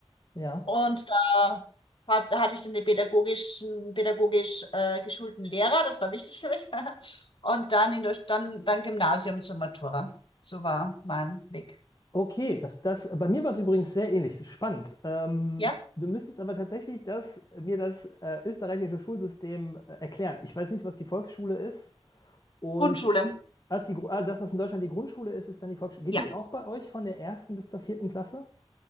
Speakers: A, on the left; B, on the left.
A: ja.
B: Und da hat, hatte ich dann den pädagogischen, pädagogisch äh, geschulten Lehrer, das war wichtig für mich. <laughs> Und dann in der, dann, dann Gymnasium zur Matura. So war mein Weg.
A: Okay, das, das, bei mir war es übrigens sehr ähnlich. Das ist spannend. Ähm,
B: Ja,
A: du müsstest aber tatsächlich das, mir das äh, österreichische Schulsystem äh, erklären. Ich weiß nicht, was die Volksschule ist. Und
B: Grundschule.
A: als die, Gru- ah, das, was in Deutschland die Grundschule ist, ist dann die Volksschule. Geht
B: Ja,
A: die auch bei euch von der ersten bis zur vierten Klasse?